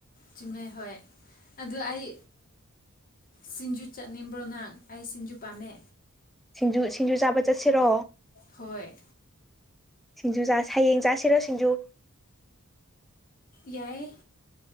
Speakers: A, on the left (about 40°); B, in the centre.
A: ꯆꯃꯦ ꯍꯣꯏ ꯑꯗꯨ ꯑꯩ ꯁꯤꯡꯖꯨ ꯆꯠꯅꯤꯡꯕ꯭ꯔꯣ ꯅꯪ ꯑꯩ ꯁꯤꯡꯖꯨ ꯄꯥꯝꯃꯦ
B: ꯁꯤꯡꯖꯨ ꯁꯤꯡꯖꯨ ꯆꯥꯕ ꯆꯠꯁꯤꯔꯣ
A: ꯍꯣꯏ
B: ꯁꯤꯡꯖꯨ ꯆ ꯍꯌꯦꯡ ꯆꯥꯁꯤꯔꯣ ꯁꯤꯡꯖꯨ
A: ꯌꯥꯏ